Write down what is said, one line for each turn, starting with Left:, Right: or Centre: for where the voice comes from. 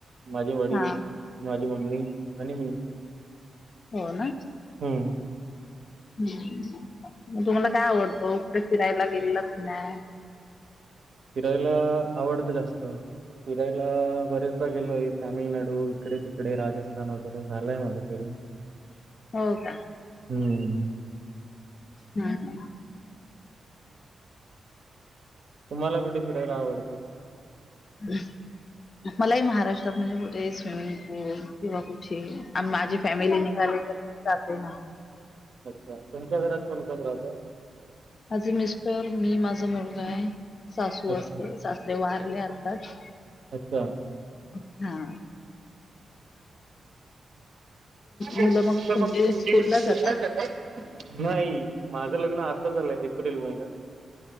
Right: माझे वडील
Left: हा
Right: माझी मम्मी आणि मी
Left: हो ना
Right: हं.
Left: हम् मग तुम्हाला काय आवडतं कुठे फिरायला गेलेलात कि नाही
Right: फिरायला आवडत जास्त फिरायला बरेचदा गेलोय तामिळनाडू इकडे तिकडे राजस्थान वगैरे झालंय माझं फिरून
Left: हो का
Right: हम्म
Left: हम्म
Right: तुम्हाला कुठे फिरायला आवडतं
Left: हम् मलाही महाराष्ट्रात म्हणजे कुठे स्विमिंग पूल किंवा कुठे माझी फॅमिली निघाली तर जाते ना
Right: अच्छा तुमच्या घरात कोण कोण राहतं
Left: माझी मिस्टर मी माझा मुलगा आहे सासू
Right: अच्छा
Left: असते सासरे वारले आताच
Right: अच्छा
Left: हा मुलं
Right: म्हणजे
Left: मग कुठे स्कूल
Right: स्कूलला
Left: ला जातात
Right: नाही माझं लग्न आताच झालंय एप्रिल महिन्यात